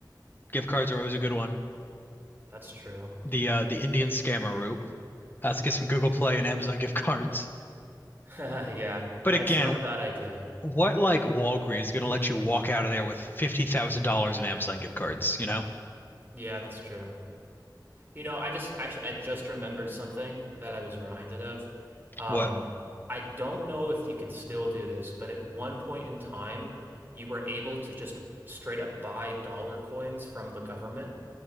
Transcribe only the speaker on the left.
Gift cards are always a good one.
The uh the Indian scammer route. Let's get some Google Play and Amazon gift cards.
But
again,
what like Walgreens is gonna let you walk out of there with fifty thousand dollars in Amazon gift cards, you know?
What?